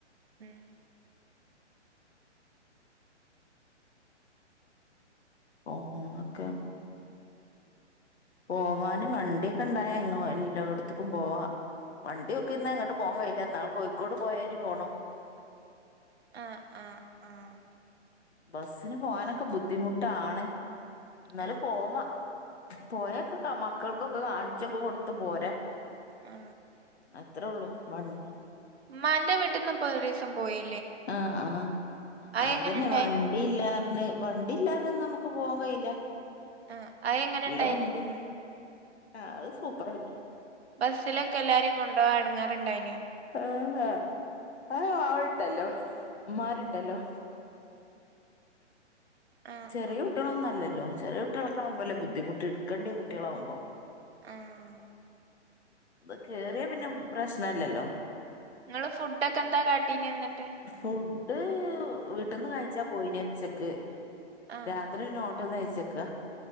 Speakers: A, on the right; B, on the left.
A: ഉം
B: ഉ ഓണൊക്കെ പോവാന് വണ്ടിയൊക്കെ ഇണ്ടായ എങ്ങോ എല്ലോട്ത്ത്ക്കും പോവാ വണ്ടി നോക്കി ഇര്ന്നാ എങ്ങട്ടും പോവാൻ കഴിയില്ല ഇന്നാള് കോഴിക്കോട് പോയാരി പോണം
A: ആ ആ ആഹ്
B: ബസ്സിന് പോകാനൊക്കെ ബുദ്ധിമുട്ടാണ് ഇന്നാലും
A: ആ
B: പോവാ പോയാ ഒക്കെ മക്കൾക്കൊക്കെ കാണിച്ചൊക്കെ കൊട്ത്ത് പോരാ
A: ആ
B: അത്രെ ഒള്ളു വണ്ടി
A: ഇമ്മന്റെ വീട്ടിൽന്ന് ഇപ്പൊ ഒരിസം പോയി
B: ആഹ് ആഹ് അതന്നെ
A: എങ്ങനെ ഉണ്ടായിന്
B: വണ്ട് വണ്ടി ഇല്ലാന്ന് പറഞ്ഞ് വണ്ടി ഇല്ലാതെ ഒന്നും നമുക്ക് പോവാാൻ കഴയില്ല
A: ആ അത് എങ്ങനെ
B: എല്ലാ
A: ഉണ്ടായിന്
B: വണ്ടി ആഹ് അത് സൂപ്പർ തന്നെ
A: ബസ്സിലൊക്കെ എല്ലാരും കൊണ്ടുപോവാൻ എടങ്ങേറുണ്ടായിന്നോ
B: ഏഹ് ഏഹ് ആളണ്ടല്ലോ ഇമ്മറുണ്ടല്ലോ
A: ആ
B: ചെറിയ
A: ആ
B: കുട്ടികളൊന്നുമല്ലോ ചെറിയ കുട്ടികൾക്കെ ആവുമ്പളല്ലേ ബുദ്ധിമുട്ട് ഇടുക്കേണ്ടി കുട്ട്യാളകുബോ
A: ആഹ്
B: ഇത് കേറിയാ പിന്നെ പ്രശ്നല്ലല്ലോ
A: നിങ്ങള് ഫുഡോക്കെ എന്താ കാട്ടീനെന എന്നിട്ട്
B: ഫുഡ് വീട്ടന്ന് കഴിച്ചാ പോയിനെ ഉച്ചക്ക്
A: ആഹ്
B: രാത്രി എന്നിട് പിന്നെ ഹോട്ടലിൽനിന്ന് കഴിച്ചക്ക